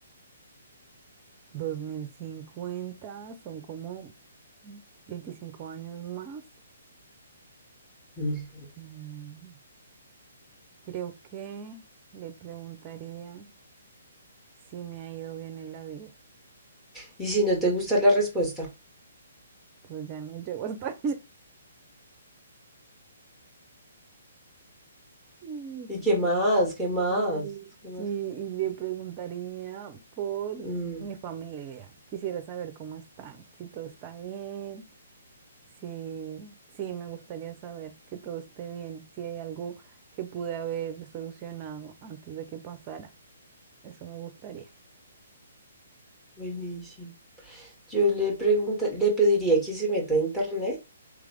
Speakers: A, on the right (about 30°); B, in the centre.
A: <laughs> 2050 son como 25 años más.
B: Ujú.
A: Mm. Creo que le preguntaría si me ha ido bien en la vida.
B: Y si no te gusta la respuesta.
A: Pues ya no llego hasta <laughs> allá. Mm.
B: ¿Y qué más? ¿Qué más?
A: Y,
B: ¿Qué más?
A: y le preguntaría por
B: Mm,
A: mi familia. Quisiera saber cómo están, si todo está bien, si, sí, me gustaría saber que todo esté bien, si hay algo que pude haber solucionado antes de que pasara. Eso me gustaría.
B: buenísimo. Yo le pregunta, le pediría que se meta a internet